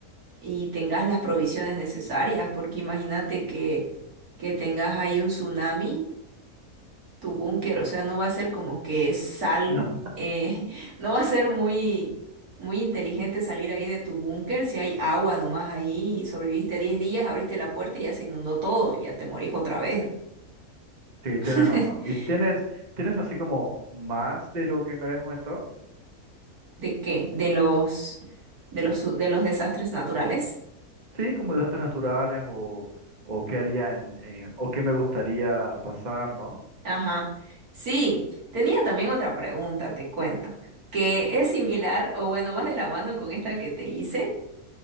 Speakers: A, on the right (about 75°); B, on the right (about 30°).
A: y tengas las provisiones necesarias, porque imagínate que, que tengas ahí un tsunami. tu búnker, o sea, no va a ser como que sal,
B: No,
A: eh, <laughs> no va a ser muy, muy inteligente salir ahí de tu búnker si hay agua nomás ahí y sobreviviste 10 días, abriste la puerta y ya se inundó todo, ya te morís otra vez.
B: sí,
A: <laughs>
B: tienes razón. ¿Y tienes, tienes así como más de lo que me habías comentado?
A: ¿De qué? De los, de los, su- de los desastres naturales.
B: Sí, como de artes naturales o, o qué haría en, en- o qué me gustaría pasar, ¿no?
A: Ajá. Sí, tenía también otra pregunta, te cuento, que es similar, o bueno, vas de la mano con esta que te hice